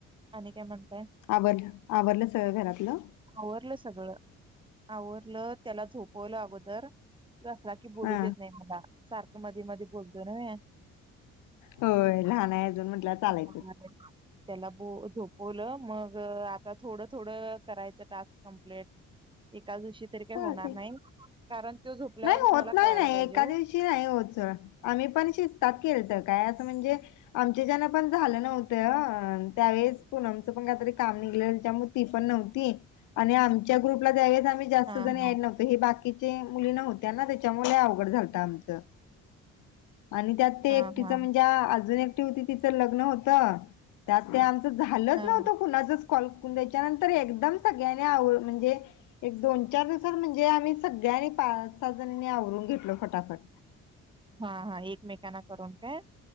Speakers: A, on the right; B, on the left.
A: आणि काय म्हणताय?
B: आवर आवरडलं सगळं घरातलं.
A: आवरलं सगळ आवरलं त्याला झोपवलं अगोदर. के बोलू
B: हा
A: देत नाही मला सारखं मध्ये मध्ये गबुधर हाय
B: होय लहान आहे अजून म्हटलं चालायचं
A: पुना काहितरी त्याला ब झोपवलं मग आता थोडं थोडं करायचं स् कंप्लीट एका दिवशी तरी काही
B: चालतंय
A: होणार नाही. कारण तो झोपल्यावरच
B: नाही होत
A: मला
B: नाही
A: करायला
B: नाही
A: पाहिजे
B: एका
A: हो
B: दिवशी नाही होत आम्ही पण शजतात केल तर काय असं म्हणजे. आमच्या जना पण झालं नव्हतं त्यावेळेस पूनमचं पण काहीतरी काम निघलंमु पण न्ह आणि आमच्या ग्रुपला द जास्त
A: हा
B: ज ड
A: हा
B: नव्हतो हे बाकीचे मुली नव्हत्या ना त्याच्यामुळे अवघड झालतं आमच आणि त्यात ते
A: हा
B: एकटीच
A: हा
B: म्हणजे अजून एकटी होती तिचं लग्न होत. त्यात ते आमचं झालंच
A: हा
B: नव्हतं. कुणाचच कॉल करून द्यायच्या नंतर एकदम सगळ्यानी आवड म्हणजे एक दोन चार दिवसात म्हणजे आम्ही सगळ्यांनी पाच सात जणांनी आवरून घेतलो फटाफट.
A: हा हा एकमेकांना करून काय